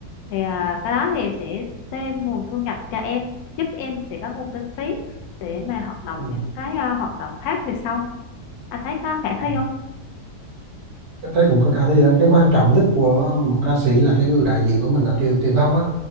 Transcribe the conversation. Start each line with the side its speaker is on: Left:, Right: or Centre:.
Left: thì à, cái đó thì sẽ thêm nguồn thu nhập cho em giúp em sẽ có nguồn kinh phí để mà hoạt động
Right: Ừ.
Left: những cái ờ, hoạt động khác về sau anh thấy có khả thi
Right: Ừ.
Left: không
Right: Tôi thấy cũng có khả thi đó. Cái quan trọng nhất của một ca sĩ là cái người đại diện của mình là truyền truyền thông á.